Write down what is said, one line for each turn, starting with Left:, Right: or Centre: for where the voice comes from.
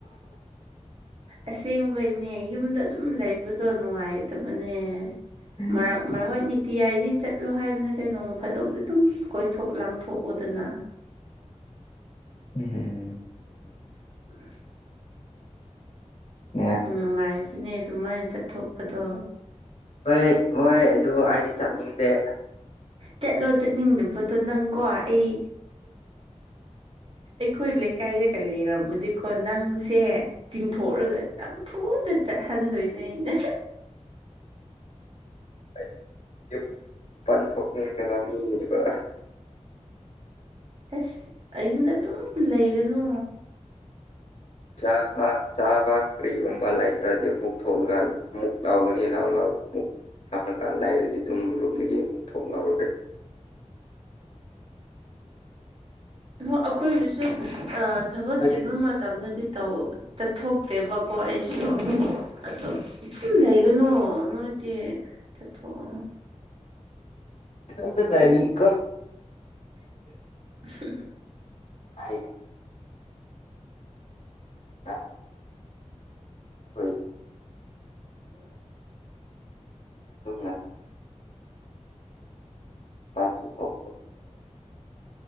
Right: ꯑꯁꯦꯡꯕꯩꯅꯦ ꯌꯨꯝꯗ ꯑꯗꯨꯝ ꯂꯩꯕꯗꯣ ꯅꯨꯡꯉꯥꯏꯇꯕꯅꯦ
Left: ꯏꯊꯟ-
Right: ꯃꯔꯛ ꯃꯔꯛ ꯍꯣꯏ ꯅꯨꯡꯇꯤ ꯖꯥꯏꯗꯤ ꯆꯠꯂꯣ ꯍꯥꯏꯕ ꯅꯠꯇꯦ ꯅꯣꯡ ꯐꯥꯗꯣꯛꯗꯤ ꯑꯗꯨꯝ ꯀꯣꯏꯊꯣꯛ ꯂꯥꯡꯊꯣꯛꯎꯗꯅ
Left: ꯎꯝ
Right: ꯑꯥ
Left: ꯅꯨꯡꯉꯥꯏ-
Right: ꯅꯨꯡꯉꯥꯏꯕꯅꯦ ꯑꯗꯨꯃꯥꯏꯅ ꯆꯠꯊꯣꯛꯄꯗꯣ
Left: ꯍꯣꯏ ꯍꯣꯏ ꯑꯗꯨ ꯑꯩꯗꯤ ꯆꯠꯅꯤꯡꯗꯦ
Right: ꯆꯠꯂꯣ ꯆꯠꯅꯤꯡꯗꯕꯗꯣ ꯅꯪꯀꯣ ꯑꯩ ꯑꯩꯈꯣꯏ ꯂꯩꯀꯥꯏꯗꯒ ꯂꯩꯔꯝꯃꯗꯤꯀꯣ ꯅꯪꯁꯦ ꯆꯤꯡꯊꯣꯛꯑꯒ ꯇꯝꯐꯨꯗ ꯆꯠꯍꯟꯗꯣꯏꯅꯦ ꯑꯩꯅ
Left: ꯍꯥꯏꯗꯤ ꯌꯨꯝꯒꯤ ꯃꯄꯥꯟ ꯊꯣꯛꯅꯤꯡꯉꯕ ꯃꯤꯅꯦꯕ
Right: ꯑꯁ ꯑꯌꯨꯝꯗ ꯑꯗꯨꯝ ꯂꯩꯒꯅꯨ
Left: ꯆꯥꯕ ꯆꯥꯕ ꯀꯔꯤꯒꯨꯝꯕ ꯂꯩꯇ꯭ꯔꯗꯤ ꯑꯃꯨꯛ ꯊꯣꯛꯂꯒ ꯑꯃꯨꯛ ꯂꯧꯒꯅꯤ ꯂꯥꯎꯔꯒ ꯑꯃꯨꯛ ꯊꯝꯂꯒ ꯂꯩꯔꯗꯤ ꯑꯗꯨꯝ ꯔꯨꯝꯗꯒꯤ ꯑꯃꯨꯛ ꯊꯣꯛꯑꯔꯣꯏ
Right: ꯎꯝ ꯑꯩꯈꯣꯏꯕꯨꯁꯨ ꯊꯕꯛ
Left: ꯍꯥꯏꯗꯤ
Right: ꯆꯤꯟꯕ ꯃꯇꯝꯗꯗꯤ ꯆꯠꯊꯣꯛꯇꯦꯕꯀꯣ ꯑꯩꯁꯨ ꯑꯗꯣ ꯁꯨꯝ ꯂꯩꯒꯅꯣ ꯅꯣꯏꯗꯤ ꯆꯠꯊꯣꯛꯑꯣ
Left: <unintelligible>
Right: <inaudible>
Left: ꯍꯥꯏ ꯍꯥꯏ ꯍꯣꯏ
Right: ꯎ
Left: ꯑꯗꯨꯝ ꯂꯩ ꯃꯄꯥꯟꯁꯨ ꯊꯣꯛꯇꯦ